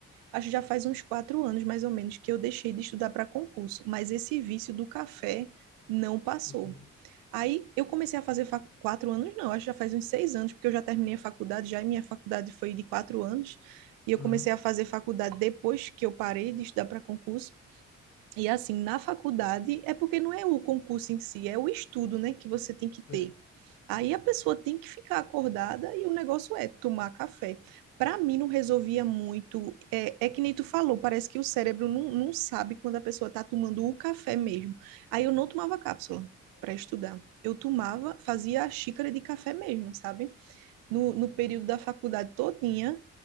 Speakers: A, on the right; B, on the left.
A: acho que já faz uns quatro anos mais ou menos que eu deixei de estudar para concurso, mas esse vício do café não passou.
B: Continuou.
A: Aí eu comecei a fazer fac... quatro anos, não, acho que já faz uns seis anos, porque eu já terminei a faculdade, já e minha faculdade foi de quatro anos, e eu
B: Aham.
A: comecei a fazer faculdade depois que eu parei de estudar para concurso. E assim, na faculdade, é porque não é o concurso em si, é o estudo, né, que você tem que ter.
B: É,
A: Aí a pessoa tem que ficar acordada e o negócio é tomar café. Para mim, não resolvia muito. É, é que nem tu falou, parece que o cérebro não, não sabe quando a pessoa está tomando o café mesmo. Aí eu não tomava cápsula para estudar. Eu tomava, fazia a xícara de café mesmo, sabe? no, no período da faculdade todinha.